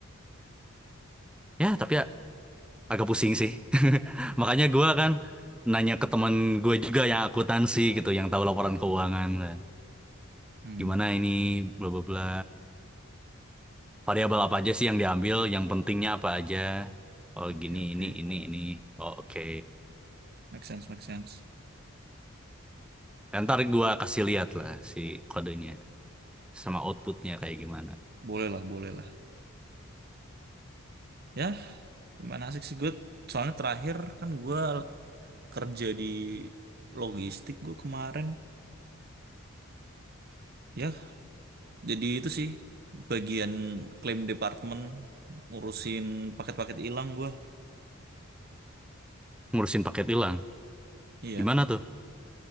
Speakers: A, in the centre; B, on the right.
A: Ya tapi ya agak pusing sih. <laughs> Makanya gue kan nanya ke teman gue juga yang akuntansi gitu, yang tahu laporan keuangan kan.
B: Hmm.
A: Gimana ini bla bla bla. Variabel apa aja sih yang diambil? Yang pentingnya apa aja? Oh
B: Oke,
A: gini,
B: oke.
A: ini, ini, ini. Oh, Oke.
B: Make sense, make sense.
A: Ya, Ntar gua kasih lihat lah si kodenya sama outputnya kayak gimana.
B: Boleh lah, boleh lah. Ya, lumayan asik sih gue. Soalnya terakhir kan gue kerja di logistik gue kemarin. Ya, Jadi itu sih bagian claim department ngurusin paket-paket hilang gua.
A: Ngurusin paket hilang.
B: Iya.
A: Gimana tuh?